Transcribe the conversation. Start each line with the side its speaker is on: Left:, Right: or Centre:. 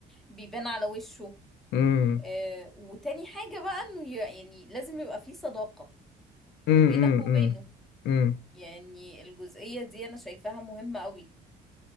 Centre: بيبان على وشه
Left: امم
Centre: آه، وتاني حاجة بقى انه ي- يعني لازم يبقى في صداقة
Left: امم
Centre: ما بينك وبينه
Left: امم امم
Centre: يعني الجزئية دي انا شايفاها مهمة قوي